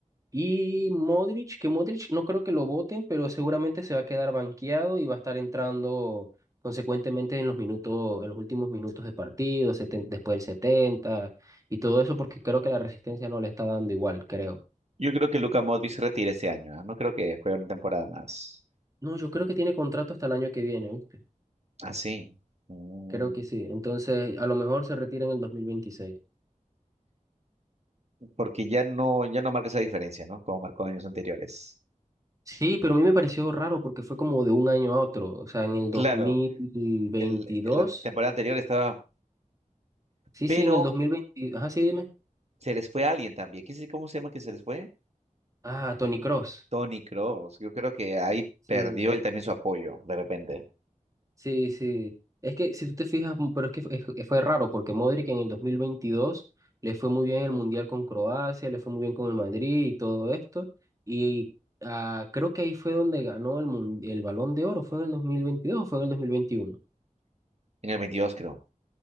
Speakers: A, on the right; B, on the right.
A: Y Modric, que Modric no creo que lo voten, pero seguramente se va a quedar banqueado y va a estar entrando consecuentemente en los minutos, en los últimos minutos de partido, seten- después del 70 y todo eso, porque creo que la resistencia no le está dando igual, creo.
B: Yo creo que Luka Modric se retira este año, ¿ah? No creo que juegue una temporada más.
A: No, yo creo que tiene contrato hasta el año que viene, ¿viste?
B: Así. mm,
A: Creo que sí. Entonces, a lo mejor se retira en el dos mil veintiséis
B: porque ya no, ya no marca esa diferencia, ¿no? Como marcó años anteriores.
A: Sí, pero a mí me pareció raro porque fue como de un año a otro, o sea, en el dos
B: Claro,
A: mil veintidós
B: el, en la temporada anterior estaba,
A: Sí,
B: pero
A: sí, en el 2020. Ajá, sí, dime.
B: se les fue alguien también. ¿Quién sabe cómo se llama que se les fue?
A: Ah, Tony Cross.
B: Tony Cross, yo creo que ahí
A: Sí,
B: perdió él también su apoyo, de repente.
A: sí, sí. Es que si tú te fijas, m- pero es que f- es- fue raro porque Modric en el 2022 le fue muy bien el Mundial con Croacia, le fue muy bien con el Madrid y todo esto. Y ah, creo que ahí fue donde ganó el, mun- el Balón de Oro, ¿fue en el 2022 o fue en el dos mil veintiuno
B: En el 22, creo.